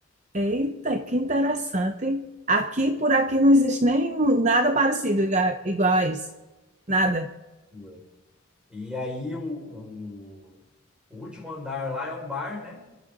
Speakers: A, on the right; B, in the centre.
A: Eita, que interessante. Aqui, por aqui, não existe nem nada parecido iga- igual a isso. Nada.
B: Ué. E aí o, o, o último andar lá é um bar, né?